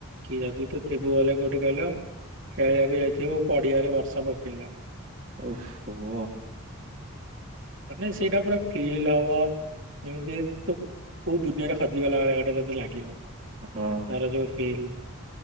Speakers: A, on the right; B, on the right.
A: କି ଯଦି ତୁ ଥିବୁ ବଲେ କୋଉଟେ କହିଲୁ । ଖେଳିବାକୁ ଯାଇଥିବ ପଡିଆରେ ବର୍ଷା ପକେଇଲା ।
B: ଓହୋ ।
A: ମାନେ ସେଇଟା ପୁରା ଫିଲ୍ ହବ । ଯେମିତି ତୁ କୋଉ ଦୁନିଆରେ ହଜିଗଲା ଭଳିଆ ଗୋଟେ ତତେ ଲାଗିବ ।
B: ହଁ
A: ତାର ଯୋଉ ଫିଲ୍ ।